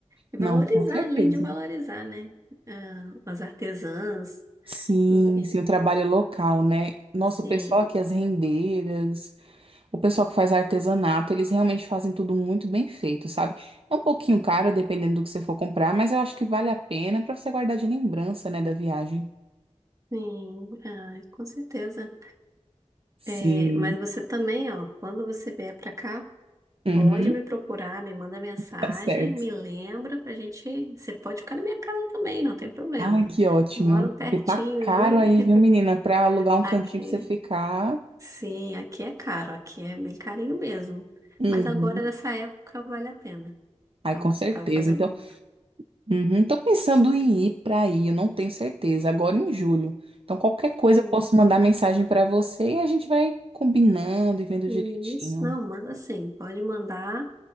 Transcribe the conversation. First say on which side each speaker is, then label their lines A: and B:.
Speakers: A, on the right (about 30°); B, on the right (about 50°).
A: E
B: Não,
A: valorizar,
B: com certeza.
A: além de valorizar, né? ah, as artesãs,
B: Sim,
A: enfim,
B: sim, o trabalho local, né? Nossa,
A: sim,
B: o pessoal aqui, as rendeiras, o pessoal que faz artesanato, eles realmente fazem tudo muito bem feito, sabe? É um pouquinho caro, dependendo do que você for comprar, mas eu acho que vale a pena pra você guardar de lembrança, né, da viagem.
A: sim, ai, com certeza.
B: Sim.
A: É, mas você também, ó, quando você vier pra cá
B: Uhum,
A: Pode me procurar, me manda mensagem,
B: tá certo.
A: me lembra pra gente. Você pode ficar na minha casa também, não tem problema.
B: Ai, que ótimo.
A: Moro pertinho
B: Porque tá caro
A: ali.
B: aí, viu, menina,
A: <laughs>
B: pra alugar um
A: Aqui,
B: cantinho pra você ficar.
A: sim, aqui é caro, aqui é bem carinho mesmo.
B: Uhum.
A: Mas agora nessa época vale a pena.
B: Ai,
A: Então,
B: com certeza.
A: tava fazendo
B: Então, uhum, tô pensando em ir para aí, eu não tenho certeza, agora em julho. Então, qualquer coisa
A: um-
B: eu posso mandar mensagem para você e a gente vai combinando e vendo
A: um
B: direitinho.
A: isso. Não, manda sim, pode mandar